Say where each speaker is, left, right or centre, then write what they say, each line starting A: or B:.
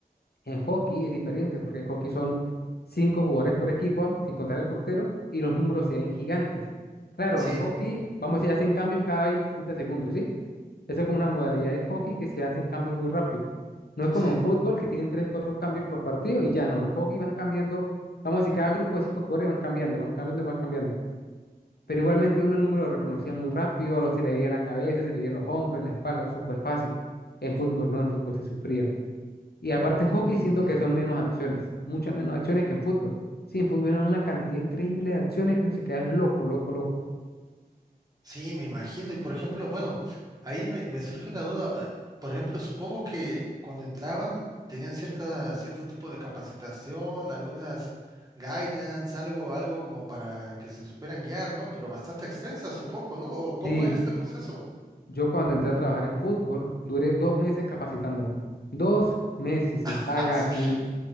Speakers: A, on the left; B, on the right.
A: En hockey es diferente, porque en hockey son cinco jugadores por equipo, sin contar el portero, y los números se ven gigantes. Claro,
B: Sí,
A: en hockey, vamos a ir, hacen cambios cada 20 30 segundos, ¿sí? Eso es como una modalidad en hockey que se hacen cambios muy rápido. No es como
B: sí.
A: en fútbol que tienen tres, cuatro cambios por partido y ya no. En hockey van cambiando, vamos a decir, cada grupo de cinco jugadores van cambiando, van cambiando, y van cambiando. Pero igualmente uno el número lo reconocía muy rápido, lo se le veía en la cabeza, se le veía en los hombros, en la espalda, súper fácil. En fútbol no, en fútbol se sufría. Y aparte en hockey
B: Sí.
A: siento que son menos acciones, muchas menos acciones que en fútbol. Sí, en fútbol era una cantidad increíble de acciones que uno se queda es loco, loco, loco.
B: Sí, me imagino. Y por ejemplo, bueno, ahí me, me surge una duda. eh, Por ejemplo, supongo que cuando entraban tenían cierta, cierto tipo de capacitación, algunas guidelines, algo, algo como para que se supieran guiar, ¿no? Pero bastante extensa, supongo, ¿no? ¿O cómo
A: Sí.
B: era este proceso?
A: Yo cuando entré a trabajar en fútbol, duré dos meses capacitándome. Dos meses sin
B: <laughs>
A: paga, sin...